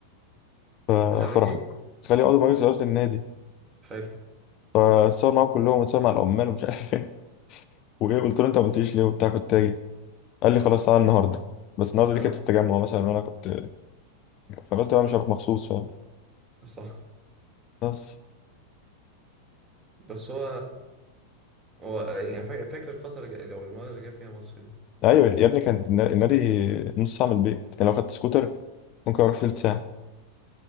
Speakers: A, on the left (about 35°); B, on the right (about 20°).
A: ف-
B: خلاك
A: فرحت
B: ايه
A: خالي عضو مجلس اداره النادي
B: حلو
A: فاتصور معاهم كلهم واتصور مع العمال ومش عارف ايه <laughs> وايه قلت له انت ما قلتليش ليه وبتاع كنت تاجي قال لي خلاص تعالى النهارده بس النهارده دي
B: اه
A: كانت في التجمع مثلا وانا كنت فقلت بقى مش هروح مخصوص فاهم
B: صح
A: بس
B: بس هو هو يعني فاكر فاكر الفترة اللي جا- لو المرة اللي جه فيها مصر دي
A: ايوه يا ابني كان النا- النادي نص ساعه من البيت يعني لو خدت سكوتر ممكن اروح تلت ساعه